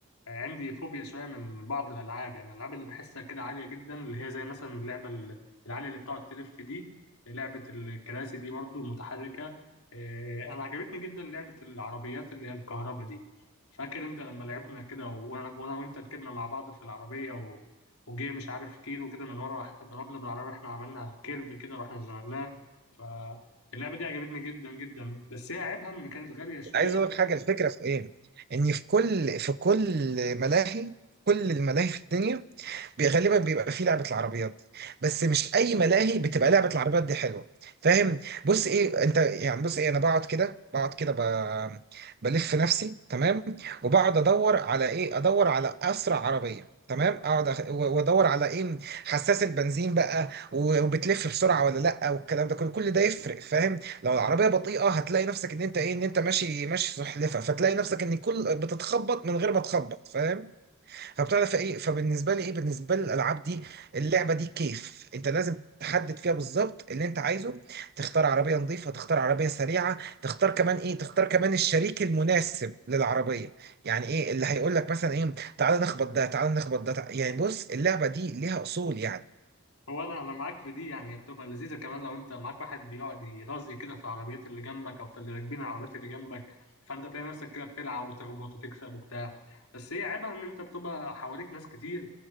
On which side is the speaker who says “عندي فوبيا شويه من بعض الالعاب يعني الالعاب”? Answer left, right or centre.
Left